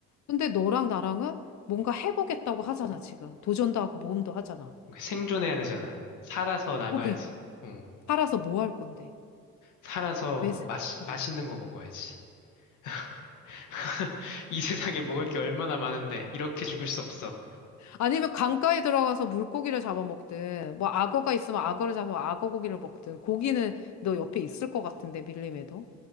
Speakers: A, on the left; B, on the left.
A: 근데 너랑 나랑은 뭔가 해보겠다고 하잖아, 지금. 도전도 하고 모험도 하잖아.
B: 그러니까 생존해야 되잖아. 살아서 나가야지.
A: 뭐, 그러니까.
B: 응.
A: 팔아서 뭐 할 건데?
B: 살아서
A: 왜 사-
B: 맛,
A: 어.
B: 맛있는 거 먹어야지. <laughs> 이 세상에 먹을 게 얼마나 많은데 이렇게 죽을 수 없어.
A: 아니면 강가에 들어가서 물고기를 잡아먹든, 뭐 악어가 있으면 악어를 잡아 악어 고기를 먹든, 고기는 너 옆에 있을 것 같은데, 밀림에도.